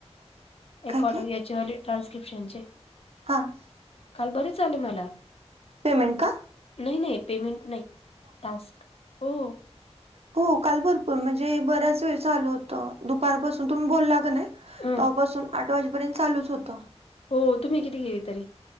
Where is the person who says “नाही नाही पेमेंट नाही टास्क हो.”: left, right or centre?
Left